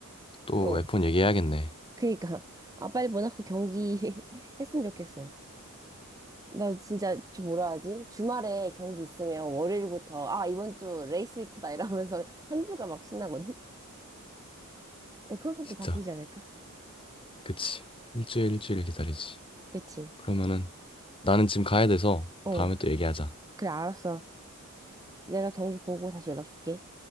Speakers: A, on the left (about 25°); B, on the right (about 15°).
A: 또
B: 어
A: F1 얘기해야겠네.
B: 그러니까 <laughs> 아 빨리 모나코 경기 <laughs> 했으면 좋겠어. 나 진짜 저 뭐라 하지? 주말에 경기 있으면 월요일부터 아 이번 주 레이스 위크다 이러면서 <laughs> 한 주가 막 신나거든. F1 팬들
A: 진짜
B: 다 그러지 않을까?
A: 그치. 일주일 일주일 기다리지.
B: 그치?
A: 그러면은 나는 지금 가야 돼서
B: 어.
A: 다음에 또 얘기하자.
B: 그래, 알았어. 내가 경기 보고 다시 연락 줄게.